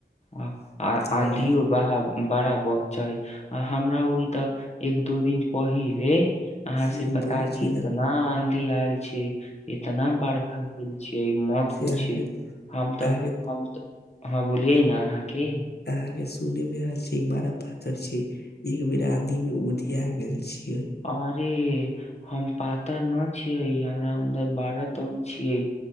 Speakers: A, on the left; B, on the left.
A: ह
B: हाँ
A: आँधी उ बा बड़ा बहचय आ हमरा ओरी तऽ एक दू दिन पहिले अहाँ
B: हम्म,
A: से बता
B: बोलै
A: दी
B: छी न
A: केना आँधी आयल छै इतना बारखा भेल छियै मत
B: से
A: पूछि
B: अहाँके
A: हम तऽ
B: अहाँके
A: हम हँ बोलियै ने अहाँ के
B: अहाँ के सुने मे आयल छै ई बड़ा पथर छै एक बेर आंधी मे उधिया गेल छी
A: अरे हम पातर न छियै हम र बढ़ड़ा दम छिय